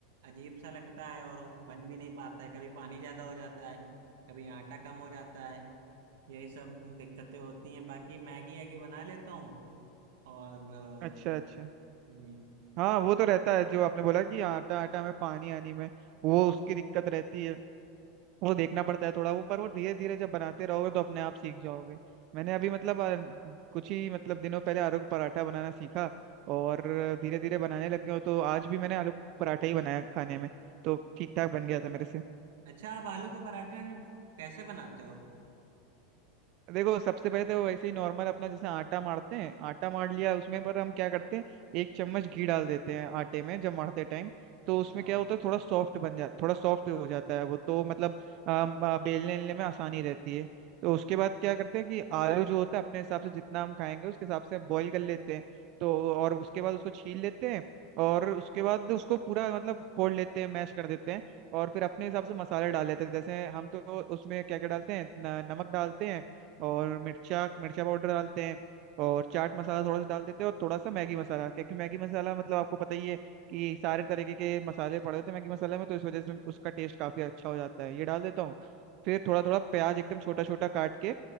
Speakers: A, on the right (about 75°); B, on the right (about 40°).
A: अजीब सा लगता है और बन भी नहीं पाता है कभी पानी ज्यादा हो जाता है कभी आटा कम हो जाता है यही सब दिक्कतें होती हैं बाकी मैगी वैगी बना लेता हूँ और अ,
B: अच्छा अच्छा
A: हम्म,
B: हाँ वो तो रहता है जो आपने बोला कि आटा आटा में पानी आनी में वो उसकी दिक्कत रहती है वो देखना पड़ता है थोड़ा वो पर वो धीरे धीरे जब बनाते रहोगे तो अपने आप सीख जाओगे मैंने अभी मतलब अ, कुछ ही मतलब दिनों पहले आलू का पराठा बनाना सीखा और धीरे धीरे बनाने लग गया हूं, तो आज भी मैंने आलू का पराठा ही बनाया खाने में तो ठीक ठाक बन गया था मेरे से
A: अच्छा आप आलू का पराठा कैसे बनाते हो
B: देखो सबसे पहले तो वैसे ही नॉर्मल अपना जैसे आटा मारते हैं आटा मार लिया उसमें पर हम क्या करते हैं एक चम्मच घी डाल देते हैं आटे में जब मारते टाइम
A: अच्छा
B: तो उसमें क्या होता है थोड़ा सॉफ्ट बन जा थोड़ा सॉफ्ट हो जाता है वो तो मतलब अम, अ, बेलने बेलने में आसानी रहती है तो उसके बाद क्या करते हैं कि आलू जो होता है अपने हिसाब से जितना हम खाएंगे उसके हिसाब से बॉईल कर लेते हैं तो और उसके बाद उसको छील लेते हैं और उसके बाद उसको पूरा मतलब फोड़ लेते हैं मैश कर देते हैं और फिर अपने हिसाब से मसाले डाल लेते हैं जैसे हम तो उसमें क्या क्या डालते हैं न- नमक डालते हैं और मिर्चा मिर्चा पाउडर डालते हैं और चाट मसाला थोड़ा सा डाल देते हैं और थोड़ा सा मैगी मसाला क्योंकि मैगी मसाला मतलब आपको पता ही है कि सारे तरीके के मसाले पड़े होते हैं मैगी मसाले में तो इस वजह से उसका टेस्ट काफी अच्छा हो जाता है ये डाल देता हूँ फिर थोड़ा थोड़ा प्याज एकदम छोटा छोटा काट के